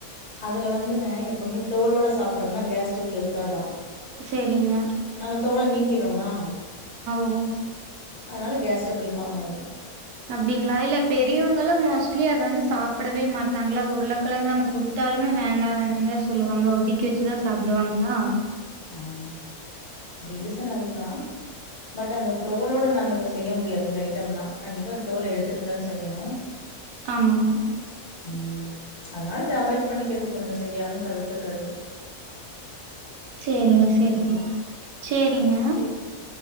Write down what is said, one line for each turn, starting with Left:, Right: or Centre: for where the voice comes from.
Left: அதுல வந்துங்க எப்பவுமே தோளோட சாப்ட்டம்னா கேஸ் ஸ்ட்ரபள் இருக்காதா
Right: செரிங்க
Left: நம்ம தோள நீக்கிறோமா
Right: ஓ
Left: அதனால கேஸ்ட்ரபிள் ஃபார்ம் ஆயிரும்
Right: அப்டிங்ளா இல்ல பெரியவங்களாம் மோஸ்ட்லி அத வந்து சாப்படவே மாட்டாங்ளா உருளக்கலங்க நம்ம குடுத் த்தாலுமே வேண்டா வேணான் தா சொல்லுவாங்க ஒதிக்கி வச்சுதா சாப்டுவாங்களா
Left: ஆமா ரீசன் அதுதா பட் அந்த தோலோட நாம இத செய்ய முடியாது இந்த ஐட்டம்ல்லா கண்டிப்பா தோல் எடுத்துட்டு தா செய்யணு
Right: ஆமாங்க
Left: ம் அதனால இத அவாய்ட் பண்ணிக்கிறது கொஞ்சொ செய்யாம தவிர்த்துக்கறது
Right: சேரிங்க
Left: சரிங்க.
Right: சேரிங்க சேரிங்க
Left: சரி.